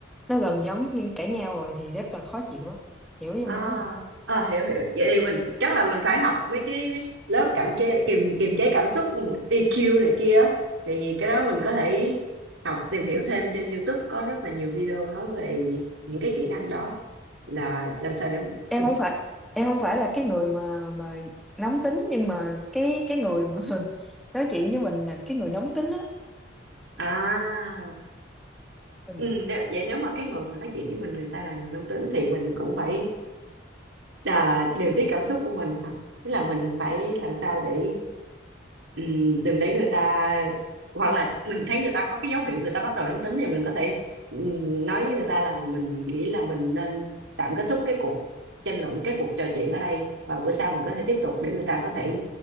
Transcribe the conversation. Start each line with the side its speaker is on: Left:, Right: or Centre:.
Centre: nó gần giống như cãi nhau rồi thì rất là khó chịu á hiểu ý
Right: à,
Centre: em nói không
Right: à hiểu hiểu vậy thì mình chắc là mình phải học mấy cái lớp cảm chế kiềm kiềm chế cảm xúc EQ này kia á. thì cái đó mình có thể học tìm hiểu thêm trên YouTube có rất là nhiều video nói về những cái kỹ năng đó là làm sao để
Centre: em
Right: ừ.
Centre: không phải em không phải là cái người mà mà nóng tính nhưng mà cái cái người mà <laughs> nói chuyện với mình là cái người nóng tính á
Right: à
Centre: ừ.
Right: Ừ, nếu, vậy nếu mà cái người mà nói chuyện với mình người ta là người nóng tính thì mình cũng phải à, điều tiết cảm xúc của mình hả? Tức là mình phải làm sao để ừ, đừng để người ta hoặc là mình thấy người ta có cái dấu hiệu người ta bắt đầu nóng tính thì mình có thể ừ, nói với người ta là mình nghĩ là mình nên tạm kết thúc cái cuộc tranh luận cái cuộc trò chuyện ở đây và bữa sau mình có thể tiếp tục để người ta có thể